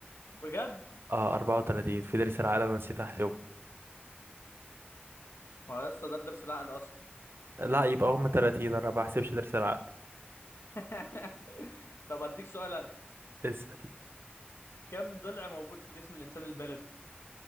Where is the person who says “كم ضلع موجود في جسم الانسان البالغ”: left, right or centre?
Left